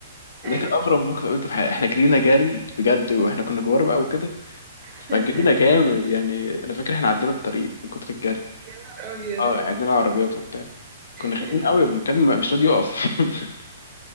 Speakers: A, on the right; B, on the left.
A: ايوه
B: ده كان اغرب موقف قابلته في حياتي احنا جرينا جري بجد واحنا كنا كبار بقى وكده
A: <laughs>
B: فجرينا جامد يعني انا فاكر احنا عدينا الطريق من كتر الجري
A: يا نهار ابيض
B: اه عدينا عربيات وبتاع
A: <laughs>
B: كنا خايفين قوي من الكلب مش راضي يقف <laughs>